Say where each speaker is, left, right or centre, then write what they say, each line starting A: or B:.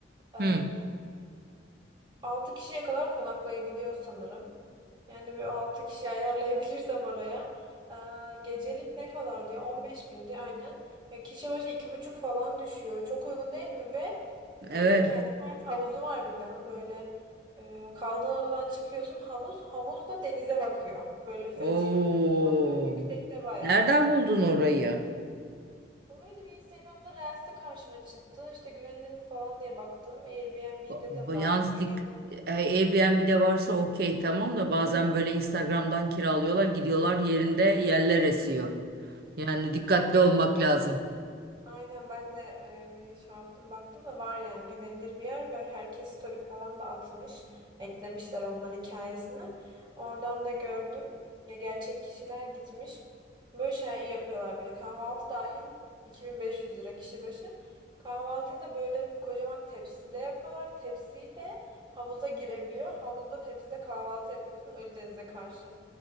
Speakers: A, on the right; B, on the right.
A: Ee,
B: Hmm,
A: 6 kişiye kadar konaklayabiliyor sanırım. Yani bir 6 kişi ayarlayabilirsem oraya. Ee, gecelik ne kadar diye 15 bindi aynen. Ya kişi başı iki buçuk falan düşüyor. Çok uygun değil mi? Ve e,
B: Evet.
A: kendine ait havuzu var villanın. Böyle e, kaldığın odadan çıkıyorsun havuz. Havuz da denize bakıyor. Böyle Fethiye
B: Oo.
A: Ölü denize bakıyor. Yüksekte bayağı.
B: Nereden buldun orayı?
A: Orayı da bir Instagram'da Reels'te karşıma çıktı. İşte güvenilir mi falan diye baktım. Airbnb'de
B: ba- ba-
A: de var.
B: Yalnız
A: Güven
B: dik
A: <laughs>
B: e, Airbnb'de varsa okey tamam da bazen böyle Instagram'dan kiralıyorlar gidiyorlar yerinde yerler esiyor. Yani dikkatli
A: Aynen
B: olmak lazım.
A: Aynen ben de e, bir şey yaptım baktım da var yani güvenilir bir yer böyle herkes story falan da atmış eklemişler onlar hikayesini oradan da gördüm ya gerçek kişiler gitmiş böyle şey yapıyorlar bir de kahvaltı dahil 2500 lira kişi başı kahvaltıyı da böyle kocaman tepside yapıyorlar tepsiyi de havuza girebiliyor havuzda tepside kahvaltı yapıyorsun Ölüdeniz'e karşı.